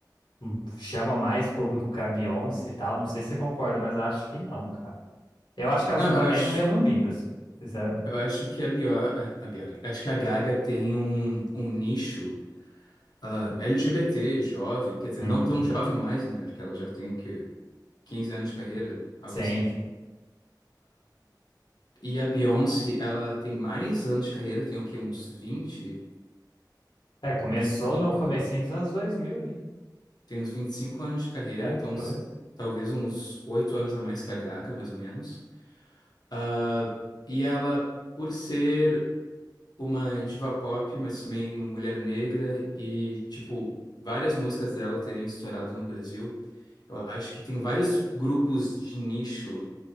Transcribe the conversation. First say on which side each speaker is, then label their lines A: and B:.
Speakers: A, on the left (about 80°); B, on the left (about 65°).
A: hum, chama mais público que a Beyoncé e tal. Não sei se você concorda, mas eu acho que não, cara. Eu acho que elas
B: Não,
A: não estão
B: eu
A: nem
B: acho,
A: no mesmo nível, assim, sinceramente.
B: eu acho que a Bjork, a Bjork, acho que a Gaga tem um, um nicho ah, LGBT, jovem, quer dizer,
A: Uhum.
B: não tão jovem mais, né? Porque ela já tem que 15 anos de carreira, algo
A: Sim.
B: assim. E a Beyoncé, ela tem mais anos de carreira, tem o quê? Uns vinte,
A: É, começou
B: vinte e cinco
A: no comecinho dos anos 2000 ali,
B: tem uns 25 anos de carreira,
A: né?
B: então
A: Por
B: uns-
A: aí.
B: talvez uns 8 anos a mais que a Gaga, mais ou menos. Ah, e ela, por ser uma diva pop, mas também mulher negra e, tipo, várias músicas dela terem estourado no Brasil, eu acho que tem vários grupos de nicho